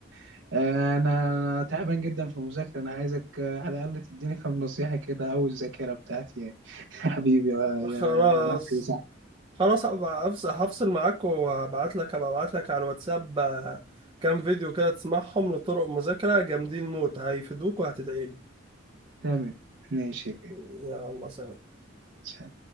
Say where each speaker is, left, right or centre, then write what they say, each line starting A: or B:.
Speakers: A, on the right (about 65°); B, on the right (about 25°).
A: آه، انا أنا تعبان جدا في المذاكره انا عايزك آه، على الاقل تديني كام نصيحه كده او الذاكره بتاعتي يعني <laughs> حبيبي يا يا
B: خلاص
A: يا صاحبي
B: خلاص هبقى أفص- هفصل معاك وهبعت لك هبقى ابعت لك على الواتساب آه، كام فيديو كده تسمعهم لطرق مذاكرة جامدين موت هيفيدوك وهتدعي لي
A: تمام ماشي
B: يلا سلام
A: كده